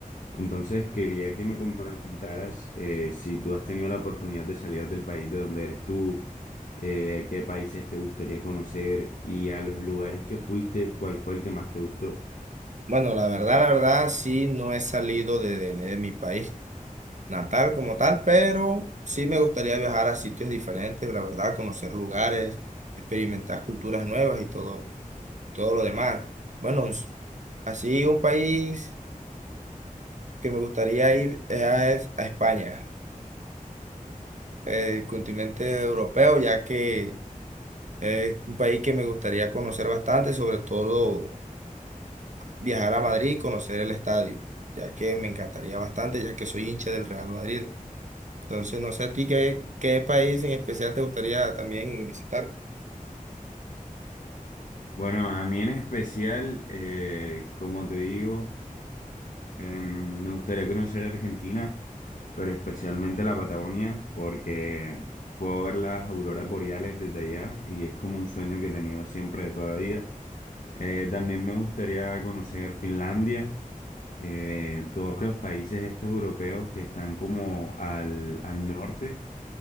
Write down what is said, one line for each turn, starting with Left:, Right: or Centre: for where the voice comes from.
Left: Entonces quería que me comentaras eh, si tú has tenido la oportunidad de salir del país de donde eres tú, eh, qué países te gustaría conocer y a los lugares que fuiste, cuál fue el que más te gustó.
Right: Bueno, la verdad, la verdad, sí, no he salido de, de- de mi país natal como tal, pero sí me gustaría viajar a sitios diferentes, la verdad, conocer lugares, experimentar culturas nuevas y todo, todo lo demás. Bueno, es- así un país que me gustaría ir es a España, eh, el continente europeo, ya que es un país que me gustaría conocer bastante, sobre todo. viajar a Madrid y conocer el estadio, ya que me encantaría bastante, ya que soy hincha del Real Madrid. Entonces, no sé a ti qué, qué país en especial te gustaría también visitar.
Left: Bueno, a mí en especial, eh, como te digo, Em, me gustaría conocer Argentina, pero especialmente la Patagonia, porque puedo ver las auroras boreales desde allá y es como un sueño que he tenido siempre de toda la vida. Eh, también me gustaría conocer Finlandia, eh, todos los países estos europeos que están como al, al norte.